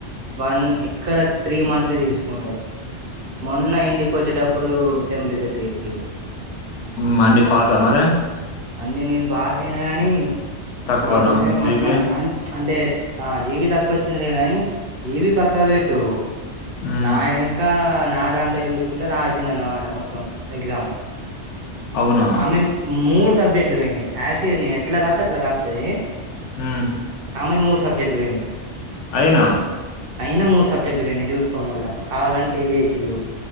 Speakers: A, on the right; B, on the left.
A: వన్ ఎక్కడ త్రీ మంత్స్ తీసుకు న్నారు మొన్న ఇంటికి వచ్చేటప్పుడు సేమ్ రిజల్ట్ చెప్పిలు
B: మణి ఫాస్ అ మరి
A: అన్నీ నేను పాస్ అయినా గాని
B: తక్కువనా
A: మా దోస్తుగాల్లు
B: జీపీఏ?
A: మస్తుమంది అ అంటే ఆ జీబి తక్కువ వచ్చిందిలే గాని జీబి పక్కా పెట్టు
B: హ్మ్.
A: నా ఎనక నాదాంట్లో దాంట్లో చూసుకుంటే రాసింది అనమాట మొత్తం ఎగ్జామ్
B: అవునా?
A: ఆమె మూడ్ సబ్జెక్ట్లు పోయినాయి ఆసిటీస్ నేను ఎట్లా రాత్తే అట్లా రాత్తది
B: హు
A: ఆమేవి మూడు సబ్జెక్ట్లు పోయినయి
B: అయినా
A: అయినా మూడు సబ్జెక్లు పోయినాయి చూస్ చూసుకో మళ్ళ కావాలని ఫెయిల్ చేసిర్రు